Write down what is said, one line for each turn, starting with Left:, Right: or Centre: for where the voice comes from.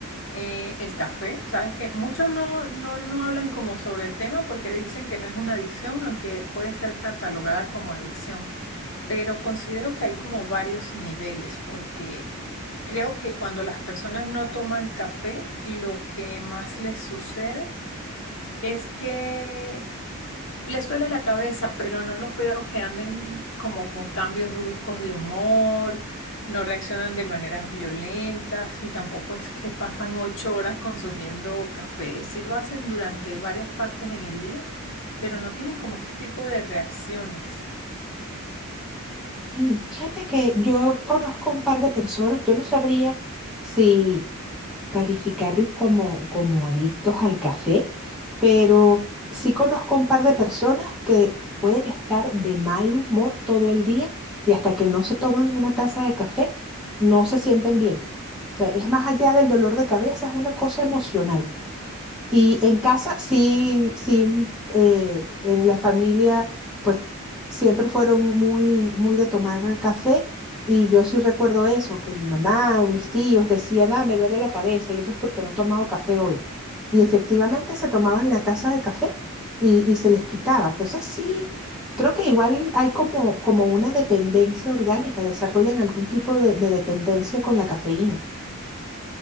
Left: Eh, el café, sabes que muchos no, no, no hablan como sobre el tema porque dicen que no es una adicción, aunque puede ser catalogada como adicción. Pero considero que hay como varios niveles porque creo que cuando las personas no toman café, lo que más les sucede es que les duele la cabeza, pero no los veo que anden como con cambios bruscos de humor, no reaccionan de maneras violentas y tampoco es que pasan ocho horas consumiendo café. Sí lo hacen durante varias partes en el día, pero no tienen como este tipo de reacciones.
Centre: Sí, fíjate que yo conozco un par de personas, yo no sabría si calificarlos como, como adictos al café, pero sí conozco un par de personas que pueden estar de mal humor todo el día y hasta que no se toman una taza de café no se sienten bien. O sea, es más allá del dolor de cabeza, es una cosa emocional. Y en casa sí, sí, eh, en la familia, pues siempre fueron muy, muy de tomar café. Y yo sí recuerdo eso, que mi mamá o mis tíos decían, ah, me duele la cabeza y eso es porque no he tomado café hoy. Y efectivamente se tomaban la taza de café y, y se les quitaba. Entonces sí, creo que igual hay como, como una dependencia orgánica, desarrollan algún tipo de de dependencia con la cafeína.